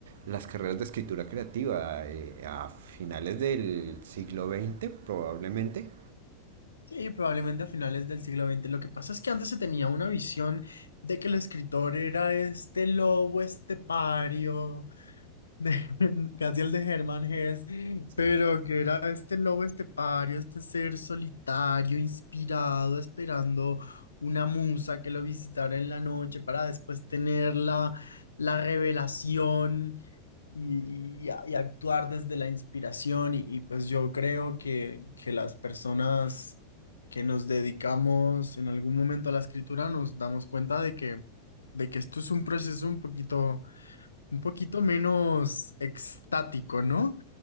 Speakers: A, on the right (about 55°); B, on the left (about 75°).
A: las carreras de escritura creativa, eh, a finales del siglo veinte probablemente.
B: Sí, probablemente a finales del siglo veinte, Lo que pasa es que antes se tenía una visión de que el escritor era este lobo estepario de- <laughs> casi el de Herman Hesse,
A: Sí,
B: pero que era este lobo estepario, este ser solitario, inspirado, esperando una musa que lo visitara en la noche para después tener la, la revelación y, y a- y actuar desde la inspiración. Y, y pues yo creo que, que las personas que nos dedicamos en algún momento a la escritura nos damos cuenta de que, de que esto es un proceso un poquito un poquito menos extático, ¿no?